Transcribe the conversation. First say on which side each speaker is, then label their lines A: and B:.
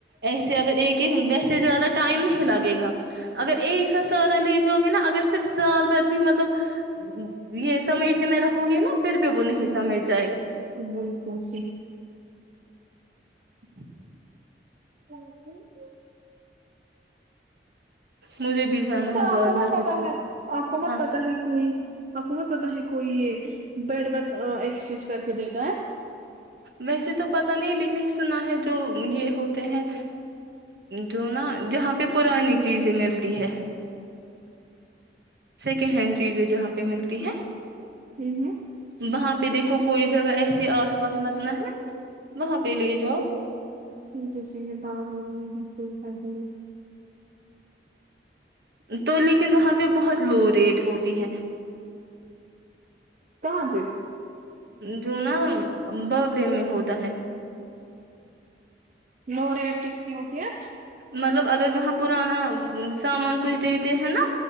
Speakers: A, on the right; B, on the right.
A: ایسے اگر ایک ایک ویسے زیادہ ٹم نہیں لگے گا اگر ایک سا سورا لی گے نا اگر صرف سال ب بھی مطلب یہ سمیٹنے میں رہو گی نا پھر بھی وہ نہیں حصہ مٹ جائے گا
B: بک س
A: <inaudible>
B: ہ <inaudible>
A: مجھے بھی جانا
B: اچھا
A: ہے
B: آپ
A: بازار
B: کو مت پتا
A: کچھ
B: ہے آپ کو مت
A: ہاں
B: پتا ہے کوئی حکومت پتا ہے کوئی یہ بیڈ میںت ایکسچینج کر کے دیتا ہے
A: ویسے تو پت نہیں لیکن سنا ہے جو یہ ہوتے ہے جو نا جہاں پہ پرانی چیزیں ملتی ہے سیکنڈ ہینڈ چیزیں جہاں پہ ملتی ہیں
B: ہے
A: وہاں پہ دیکھو کوئی جگہ ایسیے آس پاس متنا ہے وہاں پہ لے جاؤ
B: ج جیسی کتاب ہے گ ہے س س د <inaudible>
A: ہ تو لیکن وہاں پہ بہت لو ریٹ ہوتی ہے
B: کہاں سے
A: جو نا بر ڈے میں ہوتا ہے
B: لوری کس کی ہوتی ہے
A: مطلب اگر وہاں پرانا سامان کچھ دیتے ہیں نا